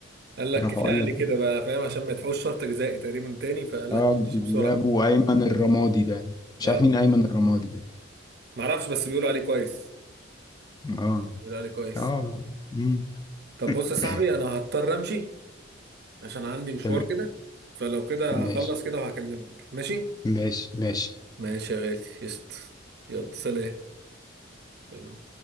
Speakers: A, on the right; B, on the left.
A: قال لك
B: راحوا
A: كفايه
B: قال
A: عليه
B: لك
A: كده بقى فاهم عشان ما يدفعوش شرط جزائي تقريبا تاني فقال
B: اه
A: لك مشي
B: جابوا
A: <laughs> بسرعه
B: ايمن الرمادي ده مش
A: اه
B: عارف مين ايمن الرمادي ده
A: ما اعرفش بس بيقولوا عليه كويس
B: اه
A: بيقولوا عليه كويس
B: اه مم.
A: طب بص يا صاحبي
B: <clears throat>
A: انا هضطر امشي عشان عندي مشوار
B: تمام
A: كده فلو كده
B: ماشي
A: هخلص كده وهكلمك ماشي
B: ماشي ماشي
A: ماشي يا غالي قشطة يلا سلام باي باي